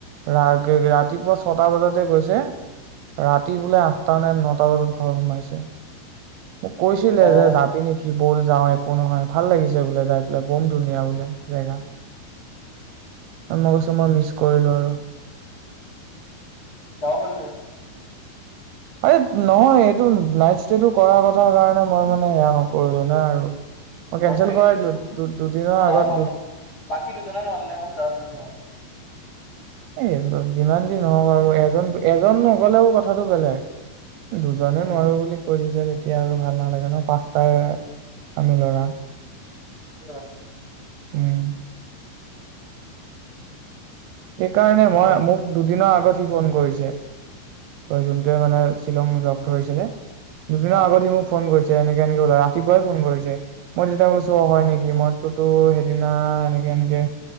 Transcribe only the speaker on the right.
ৰা ৰাতিপুৱা ছটা বজাতে গৈছে ৰাতি বোলে আঠটা নে নটা বজাত ঘৰ সোমাইছে। মোক কৈছিলে
যে যাবি নেকি বল। যাওঁ একো নহয় ভাল লাগিছে বোলে যাইপিলে বম ধুনীয়া বোলে জেগ মই কৈছো মই মিচ কৰিলো আৰু।
আ, নহয় এইটো নাইট ষ্টেটো কৰ কথা কাৰণে মই মানে সেয়া নকৰিলো নে আৰু। মই কেনচেল
কৰাই
দিলো
দু- দুদিনৰ আগত
এই যিমান যি, নহওক আৰু এজন এজন নগলেও কথাটো বেলেগ? দুজনে
নোৱাৰো বুলি কৈছে যে তেতিয়া আৰু ভাল নালাগে ন পাঁচটাই আমি লৰা।
উম, সেইকাৰণে
মই মোক দুদিনৰ আগত দি ফোন কৰিছে। ত যোনটোৱে মানে শ্বিলং লগ ধৰিছিলে? দুদিনা
আগতে মোক ফোন কৰিছে এনেকে-এনেকে বোলে ৰাতিপুৱাই ফোন কৰিছে মই তেতিয়া কৈছো হয়
নেকি মইতোতো সিদিনা এনেকে-এনেকে